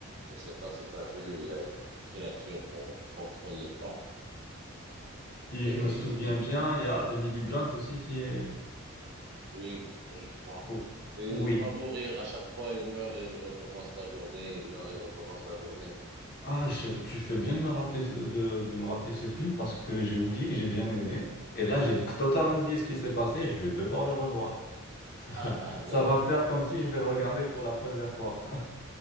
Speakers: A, on the right; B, on the left.
A: Je sais pas si tu as vu, il y a une créature euh, qui contrôle le temps.
B: Si
A: Et
B: je me souviens bien, il y a Emily Blunt aussi qui est...
A: Oui, je je crois.
B: Oh,
A: Et
B: Oui.
A: il va mourir à chaque fois, il meurt et il recommence la journée, il meurt et il recommence la journée.
B: Ah, je- tu fais bien de me rappeler, ce- de, de me rappeler ce film parce que j'ai oublié que j'ai bien aimé. Et là, j'ai totalement oublié ce qui s'est passé et je vais devoir le revoir. <laughs> Ça,
A: Ah, ah, là,
B: ça va me faire comme si je vais le regarder pour la première fois. <laughs>